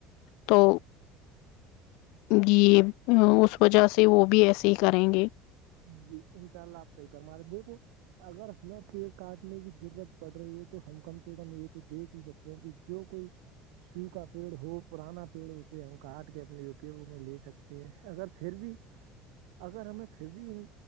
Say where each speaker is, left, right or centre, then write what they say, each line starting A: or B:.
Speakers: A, on the left (about 75°); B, on the right (about 80°).
A: تو ج اس وجہ سے وہ بھی ایسے ہی کریں گے
B: جی انشاء اللہ آپ صحی پر مارے دیکھو اگر ہمیں پیڑ کاٹنے کی ضرورت پڑ رہی ہے تو ہم کم سے کم یہ تو دیکھ ہی سکتے دیں کی جو کوئی سو کا پیڑ ہو پرانا پیڑ اسے ہم کاٹ کے اپنے اپیوگ میں لے سکتے اگر پھر بھی اگر ہمیں پھر بھی